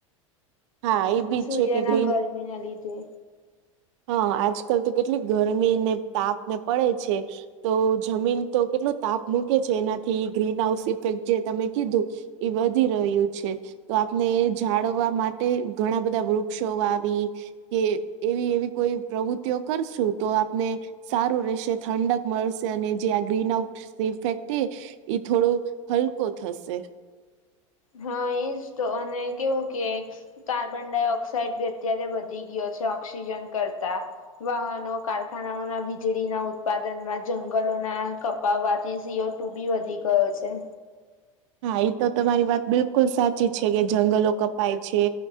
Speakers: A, on the right; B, on the left.
A: હા એ બી
B: સૂર્યના
A: છે કે ગ્રીન
B: ગરમી ના લીધે.
A: હા, આજકાલ તો કેટલી ગરમી ને તાપ ને પડે છે, તો જમીન તો કેટલું તાપ મૂકે છે, એનાથી ગ્રીન હાઉસ ઇફેક્ટ જે તમે કીધું એ વધી રહ્યું છે. તો આપને એ જાળવવા માટે ઘણા બધા વૃક્ષો વાવી એ, એવી એવી કોઈ પ્રવૃત્તિઓ કરશું, તો આપને સારું રહેશે, ઠંડક મળશ અને જે આ ગ્રીન આઉટ ઇફેક્ટે, એ થોડો હલકો થશે.
B: હા એજ તો, અને કેવું કે, કાર્બન ડાયોક્સ સાડ બી અત્યારે વધી ગયો છે, ઓક્સિજન કરતા, વાહનો કાર ખાનાના વીજળીના ઉત્પાદનમાં, જંગલોના કપાવવાથી સી ઓ ટુ બી વધી ગયો છે.
A: હા એ તો તમારી વાત બિલકુલ સાચી છે, કે જંગલો કપાય છે.